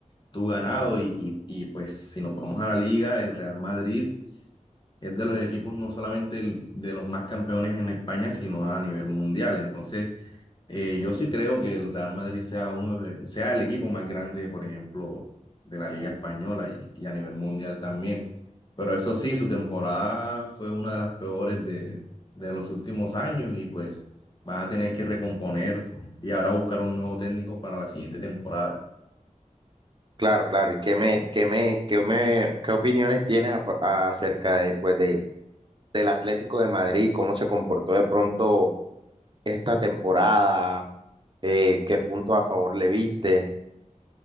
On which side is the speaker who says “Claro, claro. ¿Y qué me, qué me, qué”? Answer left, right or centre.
Right